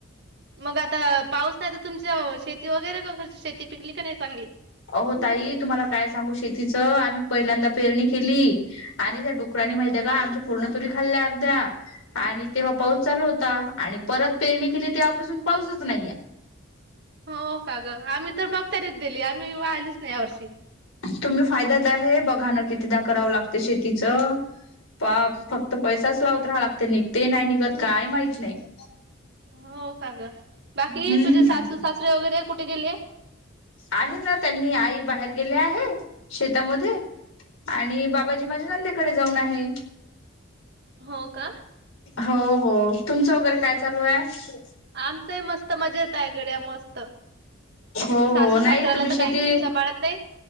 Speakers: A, on the right (about 50°); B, on the left (about 85°).
A: मग आता पाऊस आहे तर तुमच्या शेती वगैरे का शेती पिकली का नाही चांगली
B: अहो ताई तुम्हाला काय सांगू शेतीचं आम्ही पहिल्यांदा पेरणी केली आणि त्या डुरानी माहितीय का आमच्या पूर्ण तुरी खाल्ल्या अर्ध्या आणि तेव्हा पाऊस चालू होता आणि परत पेरणी केली तेव्हापासून पाऊसच नाहीये
A: हो का ग आम्ही तर मग तरीच दिली आम्ही वाहिलच नाही या वर्षी
B: तुम्ही फायद्यात आहे बघाण कितीदा करावं लागत शेतीचं प फक्त पैसाच लावत राहा लागते निघते नाही निघत काय माहत नाही
A: हो का ग बाकी
B: हम्म
A: तुझे सासू सासरे वगैरे कुठे गेले
B: आहे ना त्यांनी आई बाहेर गेले आहे शेतामध्ये आणि बाबाजी माझ्या नंदेकडे जाऊन आहे
A: हो का
B: हो हो तुमचं वगैरे काय चालू आहे
A: आमचही मस्त मजा येत आहे घड्या मस्त
B: हो
A: सासू
B: हो
A: सासऱ्याला
B: नाही तुम्ही
A: तर
B: शेती
A: काही मी सांभाळत नाही